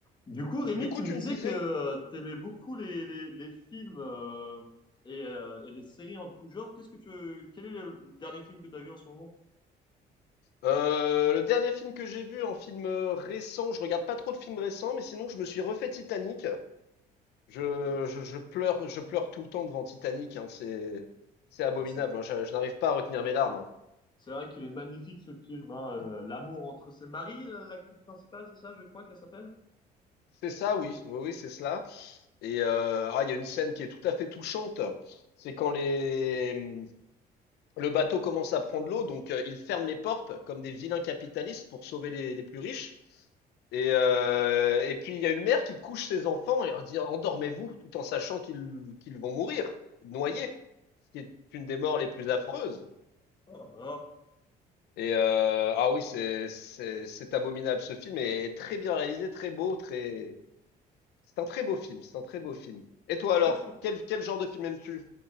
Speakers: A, on the left; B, on the left.
A: Du coup, Rémi,
B: Du coup,
A: tu
B: tu
A: me disais
B: me disais
A: que
B: que
A: tu aimais beaucoup les, les- les films euh, et, euh, et les séries en tout genre. Qu'est-ce que tu, quel est le dernier film que tu as vu en ce moment?
B: euh, le dernier film que j'ai vu en film euh, récent, je regarde pas trop de films récents, mais sinon je me suis refait Titanic. Je,
A: Euh,
B: je, je pleure, je pleure tout le temps devant Titanic, hein, c'est, c'est abominable,
A: ah, c'est
B: hein, je, je n'arrive pas à retenir mes larmes. hein.
A: c'est vrai qu'il est magnifique ce film, hein, euh, L'amour entre ses maris, euh, l'actrice principale, c'est ça, je crois qu'elle s'appelle?
B: C'est ça, oui, oui, oui, c'est cela. Et euh, ah, il y a une scène qui est tout à fait touchante, c'est quand les, le bateau commence à prendre l'eau, donc euh, ils ferment les portes comme des vilains capitalistes pour sauver les, les plus riches. Et, euh, et puis il y a une mère qui couche ses enfants et leur dit endormez-vous tout en sachant qu'ils qu'ils vont mourir noyés, ce qui est une des morts les plus affreuses.
A: Oh là là.
B: Et euh, ah oui, c'est c'est c'est abominable ce film est, est très bien réalisé, très beau, très c'est un très beau film, c'est un très beau film. Et toi
A: C'est
B: alors,
A: vrai que je me-
B: quel quel genre de film aimes-tu?